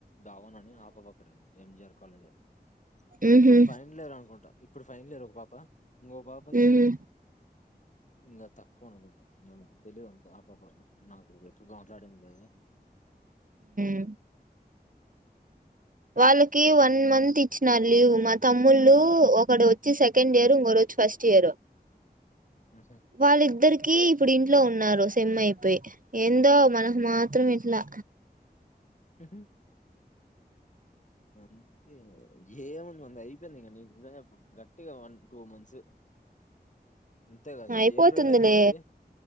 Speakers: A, on the left; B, on the right.
A: బావన అని ఆ పాప అక్కడే ఉంది ఏం జి ఆర్ కాలేజ్లో
B: ఉహు
A: ఇప్పుడు ఫైనల్ ఇయర్ అనుకుంటా ఇప్పుడు ఫైనల్ ఇయర్ ఒక పాప ఇంకో పాప ది
B: ఉహు
A: ఇంగా తక్కువ అనుకుంటా ఏమో తెలియదు అంత ఆ పాప నాకు ఎప్పుడు మాట్లాడింది లేదు
B: ఉ వాళ్ళకి వన్ మంత్ ఇచ్చినారు లీవ్ మా తమ్ముళ్ళు ఒకడోచ్చి సెకండ్ ఇయర్, ఇంకోడు వచ్చి ఫస్ట్ ఇయర్.
A: హుహు.
B: వాళ్ళిద్దరికి ఇప్పుడు ఇం ఇంట్లో ఉన్నారు సెమ్ అయిపోయి ఏందో మనకు మాత్రం ఇట్లా.
A: హుహు. అంతే ఏముంది మన్నది అయిపోయింది ఇంక నీకు <unintelligible> గట్టిగా వన్ టూ మంత్స్ అంతే కదా!
B: అయిపోతుంది
A: ఇది ఏప్రిల్‌లో అయిపోద్ది.
B: లే